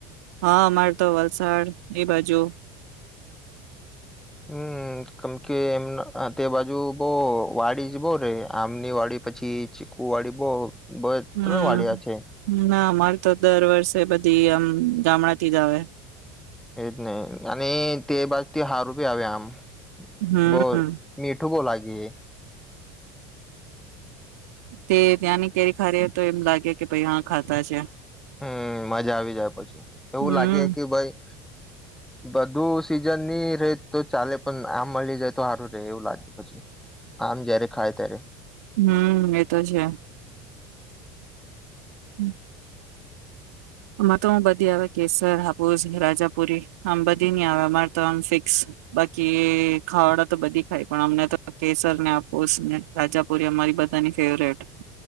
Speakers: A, on the right; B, in the centre.
A: હા, અમારે તો વલસાડ એ બાજુ
B: હમ, કેમ કે એમ તે બાજુ બો વાડી જ બો રે આમની વાડી પછી, ચીકુ વાડી બો બે
A: હમ
B: ત્રણ વાડિયા છે
A: ના અમારે તો દર વર્ષે બધી આમ ગામડાતી જ આવે
B: એજ ને, અને તે બાજથી હારૂબી આવે આમ
A: હમ
B: બો મીઠું બો લાાગે એ.
A: તે ત્યાંની કેરી ખારી તો એમ લાગે કે ભાઈ હા ખાતા છે.
B: હમ મજા આવી જાય પછી એવું
A: હમ
B: લાગે કે ભાઈ બધું સીઝનની રે તો ચાલે પણ આમ મળી જાય તો સારું રહે એવું લાગે પછી, આમ જયારે ખાય ત્યારે.
A: હમ એતો છે. હમ. આમાં તો હું બધી આવે કેસર આપાુસ રાજાપુરી આમ બધી નહી આવે અમારે તો આમ ફિક્સ, બાકી ખાવાડા તો બધી ખાય પણ અમને તો કેસરને આપાુસ રાજાપુરી અમારી બધા ફેવરેટ.